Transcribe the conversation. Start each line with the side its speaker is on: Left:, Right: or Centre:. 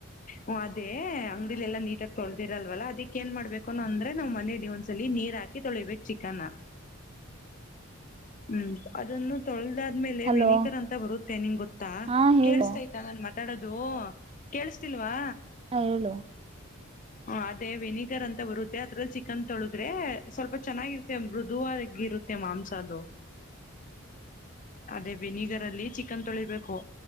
Left: ಹ ಅದೇ ಅಂಗಡಿಲಿಲ್ಲ ನೀಟಾಗಿ ತೊಳದಿರಲ್ವಲ್ಲ ಅದಿಕ್ ಏನ್ ಮಾಡ್ಬೇಕನ್ನ ಅಂದ್ರೆ ನಾವ್ ಮನಲಿ ಒಂದ್ಸಲ ನೀರ್ ಹಾಕಿ ತೊಳಿಬೇಕ ಚಿಕನ ಹ್ಮ್ ಅದನ್ನು ತೊಳೆದ ಅ್ಮಲೆ
Right: ಹಲೋ
Left: ವೆನಿಗರ್ ಅಂತ ಬರುತ್ತೆ ನಿಂಗ ಗೊತ್ತಾ
Right: ಹಾ ಹೇಳು
Left: ಕೇಳಳ್ಸ್ತಾಯ್ತ ನಾನನ್ ಮಾತಾಡೋದು ಕೇಳಿಸ್ತಾ ಲ್ವಾ
Right: ಹಾ ಹೇಳು
Left: ಹ ಅದೇ ವೆನಿಗರ್ ಅಂತ ಬರುತ್ತೆ ಅದ್ರಲ್ಲಿ ಚಿಕನ್ ತೊಳದ್ರೆ ಸ್ವಲ್ಪ ಚೆನ್ನಾಗಿರುತ್ತೆ ಮೃದುವಾಗಿ ಇರುತ್ತೆ ಮಾಂಸ ಅದು ಅದೇ ವೆನಿಗರ್ ಅಲ್ಲಿ ಚಿಕನ್ ತೊಳಿಬೇಕು